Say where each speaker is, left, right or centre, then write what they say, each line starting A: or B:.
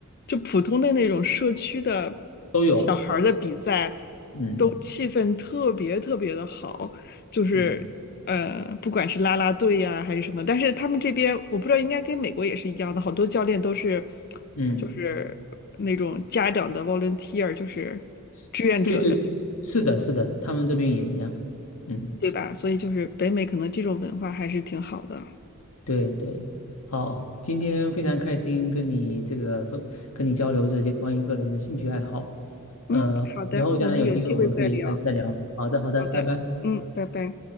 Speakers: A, on the left; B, on the left.
A: 就普通的那种社区的
B: 都有，
A: 小孩儿的比赛，
B: 嗯
A: 都气氛特别特别的好，就是呃，
B: 嗯
A: 不管是啦啦队呀、还是什么，但是他们这边我不知道，应该跟美国也是一样的，好多教练都是
B: 嗯，
A: 就嗯是那种家长的 volunteer，就是
B: 是对对，
A: 志愿者的，
B: 是的，是的，他们这边也一样，嗯。
A: 对吧？所以就是北美可能这种文化还是挺好的。
B: 对对，好，今天非常开心跟你这个分跟你交流这些关于个人的兴趣爱好，
A: 嗯，
B: 呃，
A: 好的，
B: 以后将来有机会我们可以再再聊。
A: 我们有机会再聊。
B: 好的，好的，
A: 好的，
B: 拜拜。
A: 嗯，拜拜。